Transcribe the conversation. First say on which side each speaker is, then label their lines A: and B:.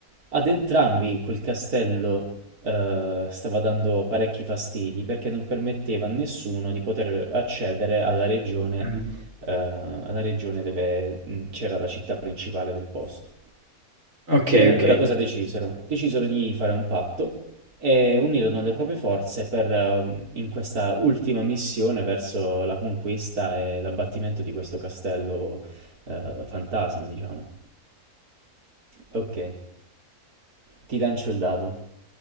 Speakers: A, on the right; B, on the right.
A: ad entrambi quel castello eh, stava dando parecchi fastidi perché non permetteva a nessuno di poter accedere alla regione,
B: Mm.
A: eh, alla regione dove mh, c'era la città principale del posto.
B: Ok,
A: E allora
B: ok,
A: cosa decisero? Decisero di fare un patto e unirono le proprie forze per, eh, in questa ultima missione verso la conquista e l'abbattimento di questo castello, eh, fantasma, diciamo. Ok, ti lancio il dado.